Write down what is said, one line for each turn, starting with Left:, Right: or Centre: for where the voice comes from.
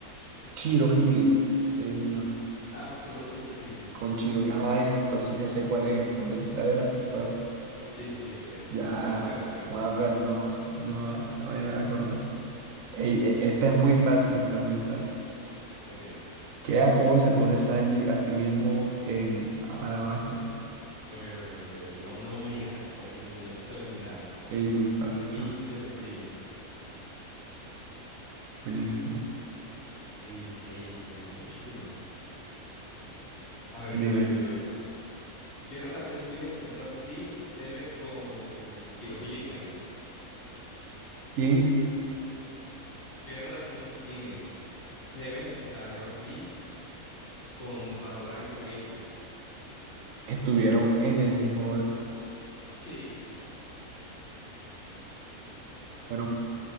Right: Chirohige, es el man,
Left: Ah, perdón, sí, Shirohige.
Right: con Chirohige. Ah, entonces ya sé cuál es, valecita de las pistolas.
Left: Sí, sí, ese, ese.
Right: Ya,
Left: Te la cuento, te la
Right: ah,
Left: cuento.
Right: pero no, no, me voy a acordar. Ey, e- esta es muy fácil, esta es muy fácil.
Left: Ok,
Right: ¿Qué apodo se pone Sanji a sí mismo en A- Alabasta?
Left: ok, ok, ok. ok. No, no me digas respu- ni opción ni nada.
Right: Ey, muy fácil,
Left: Mister
Right: ¿no?
Left: Prince.
Right: Buenísimo.
Left: Y sí, como me hubiera dicho que no. A ver,
Right: Dime,
Left: yo, yo, yo, yo. ¿Qué relación tiene Roxy Seven con Shirohige Kaido?
Right: ¿quién
Left: ¿Qué relación tiene Seven, o sea, Roxy, con Barba Blanca y Kaido?
Right: estuvieron en el mismo barco?
Left: Sí.
Right: Bueno,